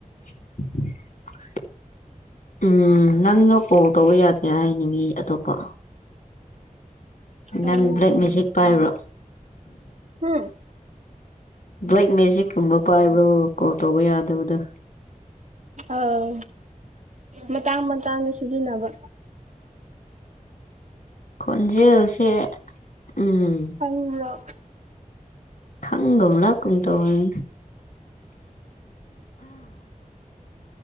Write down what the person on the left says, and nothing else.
<inaudible> ꯎꯝ ꯅꯪꯅ ꯀꯣꯜ ꯇꯧꯕ ꯌꯥꯗꯦ ꯍꯥꯏꯅꯤ ꯃꯤ ꯑꯇꯣꯞꯄ ꯅꯪ
ꯕ꯭ꯂꯦꯛ ꯃꯦꯖꯤꯛ ꯄꯥꯏꯕ꯭ꯔꯣ
ꯕ꯭ꯂꯥꯏꯛ ꯃꯦꯖꯤꯛꯀꯨꯝꯕ ꯄꯥꯏꯕ꯭ꯔꯣ ꯀꯣꯜ ꯇꯧꯕ ꯌꯥꯗꯕꯗ
ꯈꯖꯦ ꯍꯧꯁꯦ ꯎꯝ
ꯈꯪꯒꯝ ꯂꯥꯛꯀꯟ ꯇꯅꯤ